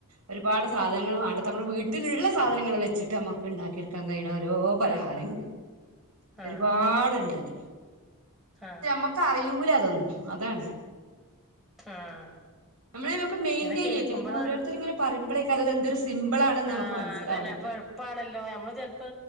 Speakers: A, on the right (about 80°); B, in the centre.
A: ഒരുപാട് സാധനൾ വേണ്ട നമ്മുടെ വീട്ടിലുള്ള സാധനങ്ങൾ വച്ചട്ട് നമുക്ക് ഉണ്ടാക്കിയെടുക്കാൻ കഴിയണ ഓരോ പലഹാരങ്ങള്
B: ആഹ് ആഹ് ആഹ്
A: ഒരുപാട് ഉണ്ടല്ലോ
B: ആഹ്
A: മ്മക്ക് അറിയൂല അതൊന്നും അതാണ്
B: ആഹ്
A: നമ്മള നൊക്കെ മെയിന്റെയിൻ
B: ഇങ്ങനെ കേക്കുമ്പളാണ്
A: ചെയ്യല്ല ഓരോരുത്തർ ഇങ്ങനെ പറയുമ്പോഴേക്കത് എന്തൊരു സിമ്പിൾ ആണെന്ന്
B: ആഹ്
A: നമുക്ക് മനസ്സിലാവണത്
B: അതന്നെ അപ്പൊ എളുപ്പാണല്ലോ നമ്മള് ചെിലപ്പോ